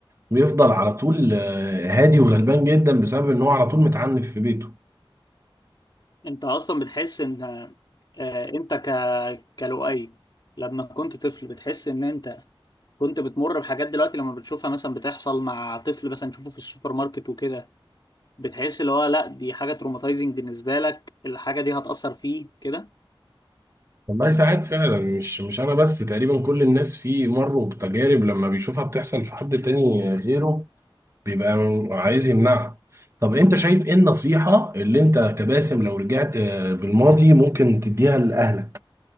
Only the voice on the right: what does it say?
ويفضل على طول آه، هادي وغلبان جدا بسبب ان هو على طول متعنف في بيته
والله ساعات فعلا مش مش انا بس تقريبا كل الناس في مروا بتجارب لما بيشوفها بتحصل في حد تاني غيره بيبقى عايز يمنعها طب انت شايف ايه النصيحة اللي انت كباسم لو رجعت آه، بالماضي ممكن تديها لأهلك